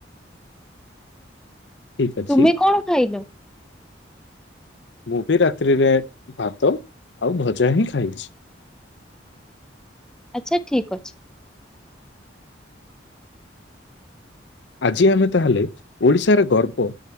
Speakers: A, on the left; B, in the centre.
A: ଠିକ୍ ଅଛି
B: ତୁମେ କଣ ଖାଇଲ?
A: ମୁଁ ବି ରାତ୍ରିରେ ଭାତ ଆଉ ଭଜା ହିଁ ଖାଇଛି।
B: ଆଚ୍ଛା ଠିକ୍ ଅଛି।
A: ଆଜି ଆମେ ତାହେଲେ ଓଡିଶାରେ ଗର୍ବ